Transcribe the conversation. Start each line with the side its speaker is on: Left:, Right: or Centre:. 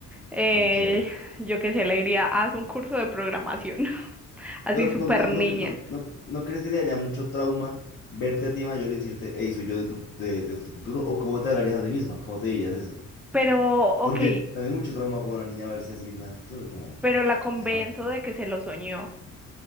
Centre: Eh,
Left: Ok.
Centre: yo qué sé, le diría, haz un curso de programación. así
Left: Pero
Centre: súper
Left: no, no, no,
Centre: niña.
Left: cre- no, no, ¿no crees que te daría mucho trauma verte a ti mayor y decirte, hey, soy yo de tu, de, de tu futuro? ¿O cómo te hablarías a ti misma? ¿Cómo te dirías eso?
Centre: Pero, ok,
Left: Porque también es mucho trauma para una niña verse a sí misma en el futuro, como,
Centre: pero la convenzo
Left: qué raro.
Centre: de que se lo soñó.